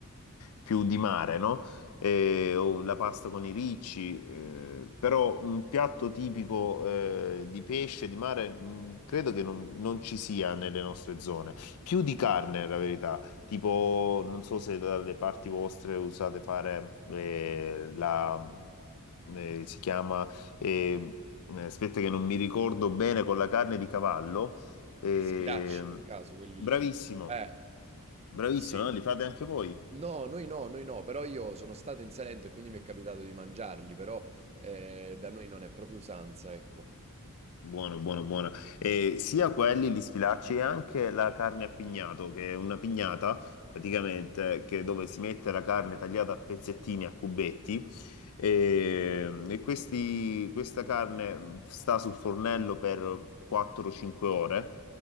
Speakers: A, on the left (about 75°); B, on the right (about 30°).
A: più di mare, no? eh, o la pasta con i ricci, eh, però un piatto tipico eh, di pesce, di mare, mh, credo che non, non ci sia nelle nostre zone. Più di carne, la verità. Tipo, non so se dalle parti vostre usate fare eh, la... mm, eh, si chiama... eh, eh, aspetta che non mi ricordo bene, con la carne di cavallo. Eh,
B: Gli sfilacci per caso, quelli
A: bravissimo,
B: lì? Eh,
A: bravissimo,
B: sì.
A: no? Li fate anche voi?
B: No, noi no, noi no, però io sono stato in Salento e quindi mi è capitato di mangiarli, però eh, da noi non è proprio usanza, ecco.
A: Buono, buono, buono. E sia quelli li sfilacci e anche la carne a pignato, che è una pignata praticamente che dove si mette la carne tagliata a pezzettini, a cubetti. E, e questi- questa carne sta sul fornello per 4-5 ore